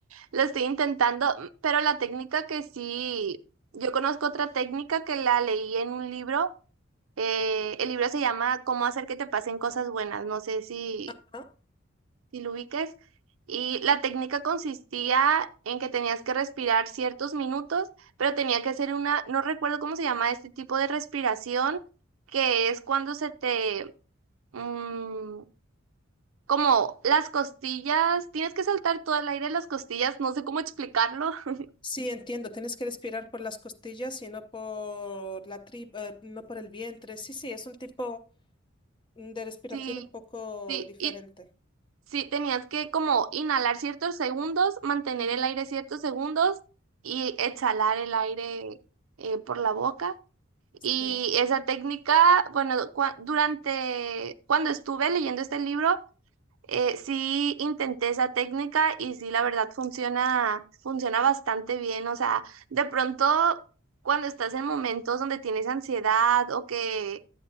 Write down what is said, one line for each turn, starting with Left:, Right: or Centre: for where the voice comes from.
Right: lo estoy intentando, pero la técnica que sí, yo conozco otra técnica que la leí en un libro, eh, el libro se llama Cómo hacer que te pasen cosas buenas, no sé si
Left: Ah,
Right: si lo ubiques. Y la técnica consistía en que tenías que respirar ciertos minutos, pero tenía que ser una, no recuerdo cómo se llama este tipo de respiración, que es cuando se te, mm, como las costillas, tienes que saltar todo el aire de las costillas, no sé cómo explicarlo. <laughs>
Left: Sí, entiendo, tienes que respirar por las costillas y no por la tripa, eh, no por el vientre. Sí, sí, es un tipo de respiración
Right: Sí,
Left: un poco
Right: sí,
Left: diferente.
Right: y sí, tenías que como inhalar ciertos segundos, mantener
Left: Ujú.
Right: el aire ciertos segundos y exhalar el aire eh, por la boca. Y
Left: Sí.
Right: esa técnica, bueno, cua- durante cuando estuve leyendo este libro, eh, sí intenté esa técnica y sí, la verdad funciona, funciona bastante bien. O sea, de pronto cuando estás en momentos donde tienes ansiedad o que